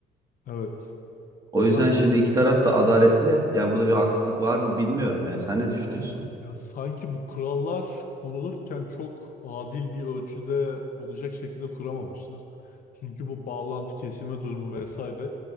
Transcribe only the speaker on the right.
O
yüzden şimdi iki taraf da adaletli. Ya burada bir haksızlık var mı bilmiyorum ya. Sen ne düşünüyorsun?